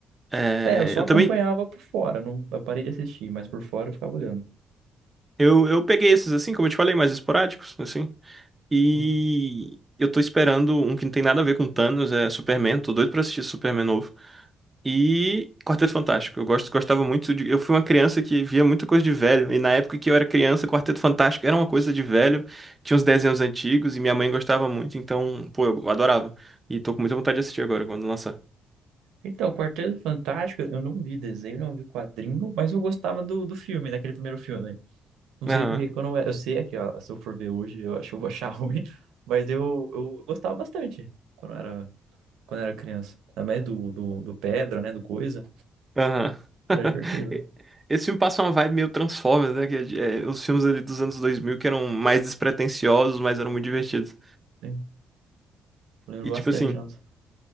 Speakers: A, on the right; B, on the right.
A: É,
B: é, eu só
A: eu
B: acompanhava
A: também...
B: por fora, não, eu parei de assistir, mas por fora eu ficava olhando.
A: Eu, eu peguei esses, assim, como eu te falei, mais esporádicos, assim. E
B: Sim.
A: eu tô esperando um que não tem nada a ver com Thanos, é Superman. Tô doido pra assistir Superman novo. E Quarteto Fantástico. Eu gosto, gostava muito de. Eu fui uma criança que via muita coisa de velho. E na época que eu era criança, Quarteto Fantástico era uma coisa de velho. Tinha uns desenhos antigos e minha mãe gostava muito. Então, pô, eu adorava. E tô com muita vontade de assistir agora, quando lançar.
B: Então, Quarteto Fantástico, eu não vi desenho, não vi quadrinho, mas eu gostava do, do filme, daquele primeiro filme. Não
A: Aham,
B: sei porque quando eu, eu sei aqui, ó, se eu for ver hoje, eu acho que eu vou achar <laughs> ruim, mas eu, eu gostava bastante quando eu era quando era criança. Também do, do, do Pedra, né? Do Coisa.
A: aham.
B: Era
A: <laughs>
B: divertido.
A: Esse filme passa uma vibe meio Transformers, né? Que é, os filmes ali dos anos 2000 que eram mais despretensiosos, mas eram muito divertidos.
B: Sim. Lembro
A: E
B: bastante,
A: tipo assim.
B: nossa.